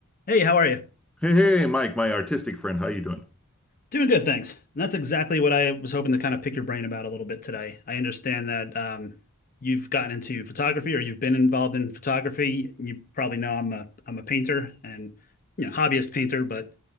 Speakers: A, on the left; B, in the centre.
A: Hey, how are you?
B: Hey, hey, Mike, my artistic friend, how you doing?
A: Doing good, thanks. And that's exactly what I was hoping to kind of pick your brain about a little bit today. I understand that um, you've gotten into photography or you've been involved in photography. You probably know I'm a I'm a painter and you know hobbyist painter, but